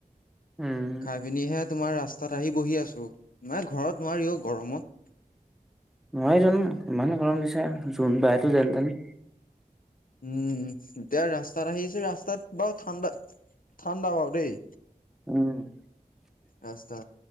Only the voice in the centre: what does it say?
উম,
নোৱাৰি জানো ইমানে গৰম দিছে জোনবাইতো যেনতেন।
উম,